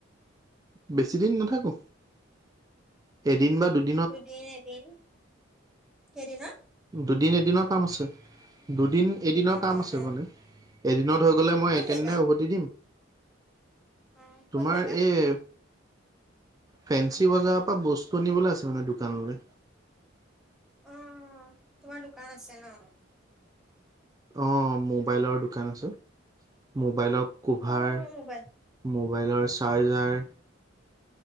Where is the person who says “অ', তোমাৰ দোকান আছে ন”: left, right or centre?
Centre